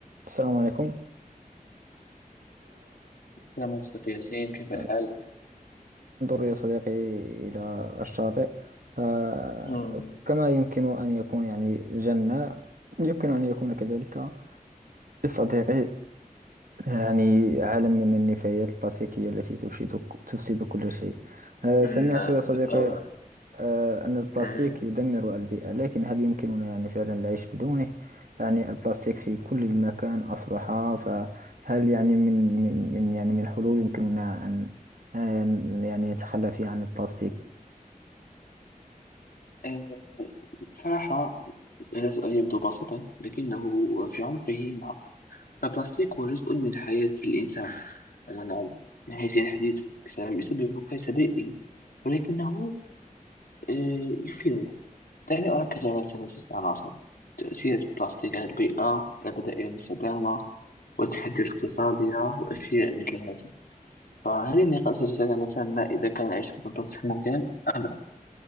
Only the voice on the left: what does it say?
كده منطق ياسين كيف الحال؟
مم.
مم،
نعم
بالطبع
أه.
آه، بصراحة هذا السؤال يبدو بسيطا لكنه في عمقه معقد البلاستيك هو جزء من حياة الإنسان كما نعلم من حيث الحديثة بسبب يسبب كارثة بيئية ولكنه آه، يفيدنا دعني أركز على ثلاثة عناصر تأثير البلاستيك على البيئة البدائل المستدامة والتحديات الاقتصادية وأشياء مثل هذه فهل النقاش يتساءل مثلا إذا كان العيش بدون تصريف ممكن أم لا؟